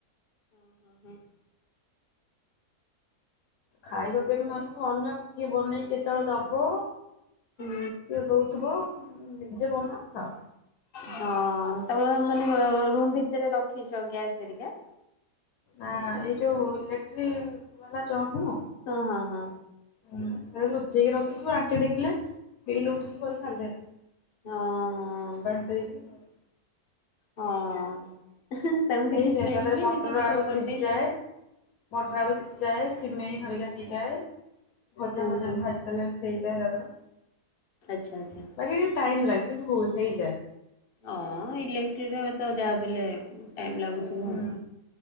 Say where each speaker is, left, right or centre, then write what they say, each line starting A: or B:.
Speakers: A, on the left; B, on the left.
A: ହଁ, ହଁ।
B: ଖାଇବା ପିଇବା ଏମାନଙ୍କୁ ଅନ୍ୟ କିଏ ବନେଇି କେତେବେଳେ ଦବ?
A: ହୁଁ
B: କିଏ ଦଉଥିବ, ନିଜେ ବନା ଖାଅ।
A: ହଁ, ତାମେ ମାନେ ରୁମ୍ ଭିତରେ ରଖିଛ ଗ୍ୟାସ ହେରିକା?
B: ଆଁ ଏଇ ଯୋଉ ଇଲେକ୍ଟ୍ରି ବାଲା ଜଗ୍ ନୁହଁ
A: ହଁ, ହଁ, ହଁ।
B: ହୁଁ, ଲୁଚେଇକି ରଖିଛୁ, ଆଣ୍ଟି ଦେଖିଲେ ବିଲ ଉଠିଛୁ କହି ଗାଳି ଦେବେ।
A: ହଁ, ହଁ।
B: <inaudible>
A: ହଁ। ତାଙ୍କୁ କିଛି
B: ହେଇଯାଏ
A: ସ୍ମେଲ
B: ତା ଦେହରେ
A: ହୁଏନି
B: ମଟର,
A: ତମେ ସବୁ
B: ଆଳୁ
A: ବନେଇଲେ?
B: ସିଝିଯାଏ। ମଟର ଆଳୁ ସିଝି ଯାଏ, ସିମେଇ ଘରିକା ହେଇଯାଏ, ‌ଭଜା
A: ହୁଁ
B: ଭଜା
A: ହୁଁ
B: ଭାଜି <inaudible> ହେଇଯାଏ ତାଧିରେ।
A: ଆଚ୍ଛା, ଆଚ୍ଛା।
B: ବାକି ଟିକେ ଟାଇମ୍ ଲାଗେ, କିନ୍ତୁ <inaudible> ହେଇଯାଏ।
A: ହଁ, ଇଲେକ୍ଟ୍ରିରେ ତ ଯାହାବି ହେଲେ ଟାଇମ୍ ଲାଗୁଥିବ।
B: ହୁଁ